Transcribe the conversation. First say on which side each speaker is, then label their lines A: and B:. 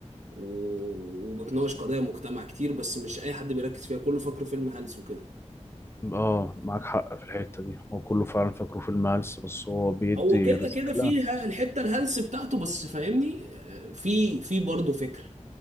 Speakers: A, on the right; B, on the left.
A: و... وبتناقش قضايا مجتمع كتير بس مش أي حد بيركز فيها كله فاكره فيلم هلس وكده
B: اه معاك حق في الحتة دي هو كله فعلا فاكره فيلم هلس بس هو بيدي
A: هو كده
B: رسالة
A: كده فيها الحتة الهلس بتاعته بس فاهمني آه، في في برضه فكر